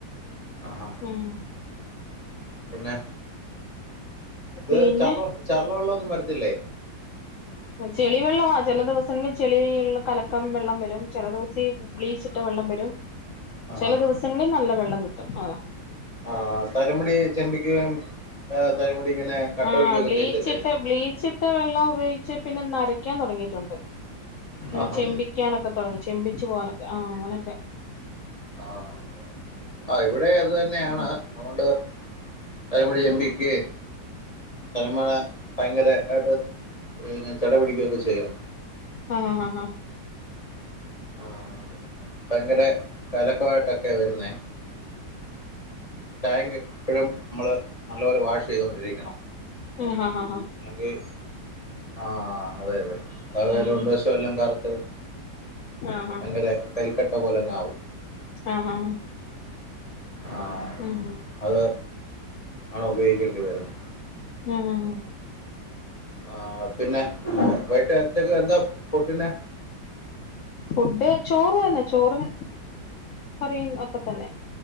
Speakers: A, on the left (about 25°); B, on the left (about 70°).
A: ആഹാ
B: ഉം
A: പിന്നെ ഇത്
B: പിന്നെ
A: ചള്ള ചള്ളവെള്ളവൊന്നും വരത്തില്ലേ?
B: ചെളിവെള്ളവാ ചെല ദേവസങ്ങളിൽ ചെളി ഇള്ള കലക്കം വെള്ളം വരും ചെല ദേവസി ബ്ലീച്ചിട്ടാ വെള്ളം വരും ചെല
A: ആ
B: ദിവസങ്ങളി നല്ല വെള്ളം കിട്ടും ആഹ്
A: ആഹ് തലമുടി ചെമ്പിക്കേം ഏഹ് തലമുടി ഇങ്ങനെ കട്ട
B: ആഹ്
A: പിടിക്കുകയൊക്കെ
B: ബ്ലീച്ചിട്ട
A: ചെയ്യത്തില്ലേ
B: ബ്ലീച്ച് ട്ടാ വെള്ളം ഉപയോഗിച്ച് പിന്നെ നരയ്ക്കാൻ തൊടങ്ങിട്ടോണ്ട് പിന്നെ
A: ആഹാ
B: ചെമ്പിക്കാനൊക്കെ തൊടങ്ങി ചെമ്പിച്ചു പോകനക്കെ ആഹ് അങ്ങനെക്കെ
A: ആഹ് ആഹ് ഇവടെ അത് തന്നെയാണ്. അതുകൊണ്ട് തലമുടി ചെമ്പിക്കേം തലമ്മ ഭയങ്കര അയിട്ട് പിന്നെ ചടപിടിക്കുയൊക്കെ ചെയ്യും.
B: ആഹ് ആഹ് ആഹ്
A: ആഹ് ഭയങ്കര കലക്കവായിട്ടൊക്കെയാ വരുന്നേ ടാങ്ക് എപ്പോഴും നമ്മള് നല്ലപോലെ വാഷ് ചെയ്തുകൊണ്ടിരിക്കണം.
B: ആഹ് ആഹ് ആഹ്
A: ഇല്ലങ്കി ആഹ് അതെ അതെ. അതുവല്ല
B: ഉം
A: ഉൾവശം എല്ലാം കറുത്ത്
B: ആ ആ
A: അങ്ങനെ കരിക്കട്ട പോലങ്ങാവും.
B: ആ ആ
A: ആഹ്
B: ഉം
A: അത് ആണ് ഉപയോഗിക്കേണ്ടി വരുന്നേ
B: ആഹ് ആഹ്
A: ആഹ് പിന്നെ വയ്ട്ടത്തക്കെന്താ ഫുഡിന്?
B: ഫുഡ് ചോറ്ന്നെ ചോറും കറിയും ഒക്കെ തന്നെ